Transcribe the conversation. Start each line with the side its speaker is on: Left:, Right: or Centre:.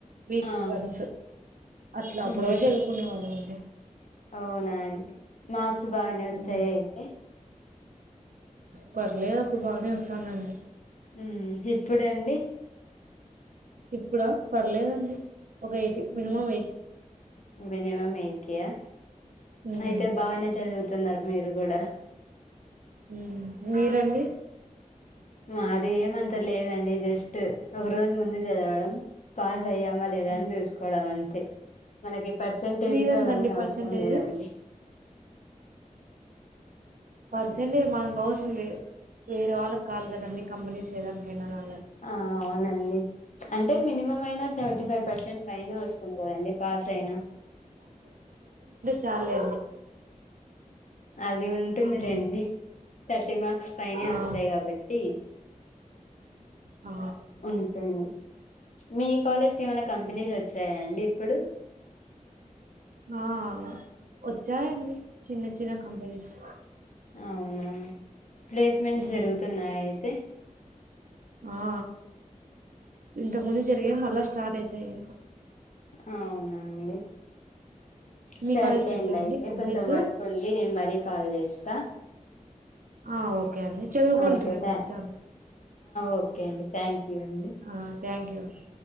Right: వీక్
Left: ఆ
Right: ఫ్రెండ్స్ అట్లా అప్పుడే
Left: ఉహు
Right: చదువుకునే వాళ్ళం అ
Left: అవునా అండి మార్క్స్ బాగానే వచ్చాయ
Right: హ్మ్.
Left: అయితే
Right: పర్లేదు అప్పుడు బానే వస్తాండాండి
Left: ఉమ్ ఇప్పుడండి
Right: ఇప్పుడా పర్లేదండి ఒక
Left: మ్
Right: మినిమమ్
Left: మినిమమ్ ఎయిటి యా
Right: హ్మ్.
Left: అయితే బానే చదువుతున్నారు మీరు కూడా
Right: మ్ మీరండి
Left: మాది ఏమంతా లేదండి జస్ట్ ఒక రోజు ముందు చదవడం పాస్ అయ్యామా లేదా
Right: హ్మ్.
Left: అని చూసుకోవడం అంతే మనకి పర్సంటేజ్
Right: మీదెంతండి
Left: అవన్నీ అవసరం
Right: పర్సెంటేజు?
Left: లేదండి
Right: పర్సెంటేజ్ మనకు అవసరం లేదు వేరే వాళ్ళకి కాలి కదండి కంపెనీస్ ఏదానికైనా అల
Left: ఆ అవునం అంటే మినిమం అయినా సెవెీ ఫైవ్ పర్సెంట్ ఫైనే వస్తుంది కదండి పాస్ అయినా
Right: చాలు
Left: అది ఉంటుంది
Right: హ్మ్.
Left: రండి థర్టీ మార్క్స్ పైనే
Right: ఆ!
Left: వస్తాయి కాబట్టి
Right: ఆ
Left: ఉంటుంది మీ కాలేజ్ క ఏమైనా కంపెనీస్ వచ్చాయా అండి ఇప్పుడు
Right: ఆ వచ్చాయండి చిన్న చిన్న కంపెనీస్
Left: అవునా ప్లేస్మెంట్
Right: హ్మ్.
Left: జరుగుతున్నాయి అయితే
Right: ఆ ఇంతకు ముందు జరిగాే మళ్ళా స్టార్ట్ అయితాయి
Left: అవునానండి
Right: మీ
Left: సర్లేండి
Right: కాలేజ్కి వచ్చాయా అండి
Left: అయితే
Right: కంపెనీస్
Left: కొంచెం వర్క్ ఉంది నేను మరీ కాల్ చేస్తా
Right: ఆ ఓకే అండి చదువుకోండి
Left: ఓకే
Right: రేపు
Left: థ్యాంక్
Right: ఎగ్జామ్కి
Left: ఓకే అండి థ్యాంక్ యూ అండి
Right: ఆ థ్యాంక్ యూ అండి